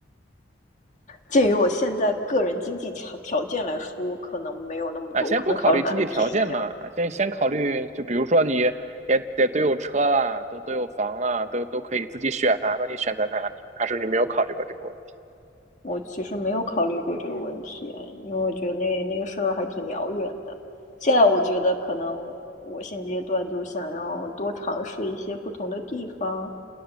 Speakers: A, on the left; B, on the right.
A: 鉴于我现在个人经济条条件来说，我可能没有那么多，
B: 啊，先不考虑经济条件嘛，
A: 我可能考虑哪里便宜啊。
B: 先先考虑，就比如说你也得都有车啦，都都有房啦，都都可以自己选呐、那你选在哪里？还是你没有考虑过这个问题？
A: 我其实没有考虑过这个问题，因为我觉得那那个事儿还挺遥远的。现在我觉得可能我现阶段就是想要多尝试一些不同的地方，